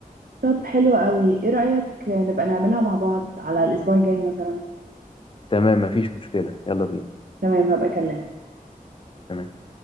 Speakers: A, on the right (about 75°); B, on the left (about 35°).
A: طب حلو قوي ايه رايك نبقى نعملها مع بعض على الاسبوع الجاي مثلا
B: تمام مفيش مشكلة يلا بينا
A: تمام هبقى اكلمك
B: تمام